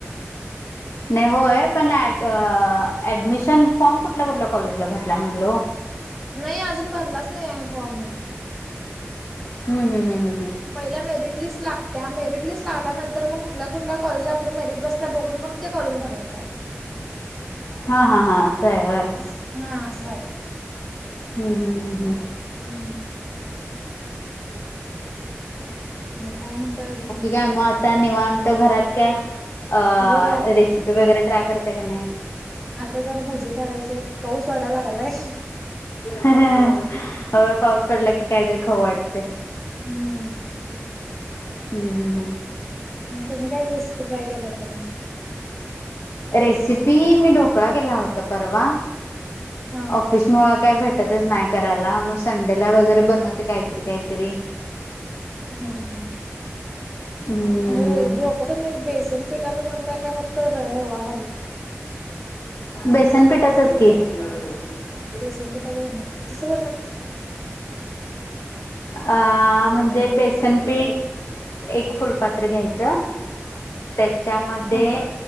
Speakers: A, on the left; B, in the centre.
A: नाही होय पण ऍड ऍडमिशन फॉर्म कुठल्या-कुठल्या कॉलेजला भरला म्हणलो?
B: नाही अजून भरलाच नाही आहे फॉर्म.
A: हम्म हम्म हम्म हम्म.
B: पहिल्या मेरिट लिस्ट लागत्या मेरिट-लिस्ट लागल्यानंतर मग कुठल्या-कुठल्या कॉलेजला आपल्या मेरिट बसत्या बघून मग ते कॉलेज भरायचं आहे.
A: हा हा हा असंय व्हय.
B: हा असा आहे.
A: हम्म हम्म हम्म.
B: हम्म. मग काय म्हणताय अजून?
A: क्याय म आता निवांत घरात काय अ
B: होय
A: रेसि पी वगैरे ट्राय करते का नाही?
B: आता जरा भजी करायचे आहेत पाऊस वाढाय लागलाय.
A: हो पाऊस पडला की काहीतरी खाऊ वाटते.
B: हम्म.
A: हम्म हम्म हम्म
B: म तुम्ही काय रेसिपी ट्राय केला होता का नाय?
A: रेसिपी मी ढोकळा केला होता परवा
B: हा
A: ऑफिस मुळा काय भेटतच नाही करायला म संडेला वगैरे बनवते काहीतरी काहीतरी.
B: हां हां.
A: हम्म
B: ढोकळा तुम्ही बेसन पीठाचा बनवता आहे काय फक्त र रवा घालून?
A: बेसन पीठाचच की. <unintelligible>
B: बेसन पिठाच बनवते कसं बनव
A: अ म्हणजे बेसनपीठ एक फुलपात्र घ्यायचं त्याच्यामध्ये
B: हा